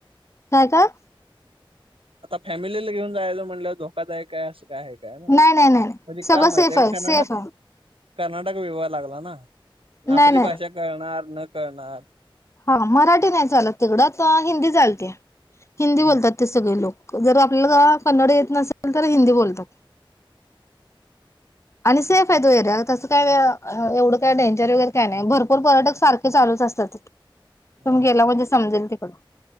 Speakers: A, on the left; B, on the right.
A: काय का
B: आता फॅमिलीला घेऊन जायचं म्हणलं धोकादायक आहे असं काय काय म म्हण
A: नाही नाही नाही नाही सगळं
B: का माती
A: सेफ
B: आहे का कर्नाटक
A: सेफ आहे
B: कर्नाटक विवाह लागला ना
A: नाही
B: आपली
A: नाही
B: भाषा कळणार न कळणार
A: हा मराठी नाही चालत तिकडं हिंदी चालते हिंदी
B: हम्म.
A: बोलतात ते सगळे लोक जर आपल्याला कन्नड येत नसेल तर हिंदी बोलतात आणि सेफ आहे तो एरिया तसं काय एवढं काय डेंचर वगैर काय नाही भरपूर पर्यटक सारखे चालूच असतात तुम
B: हा
A: गेला म्हणजे समजेल तिकडं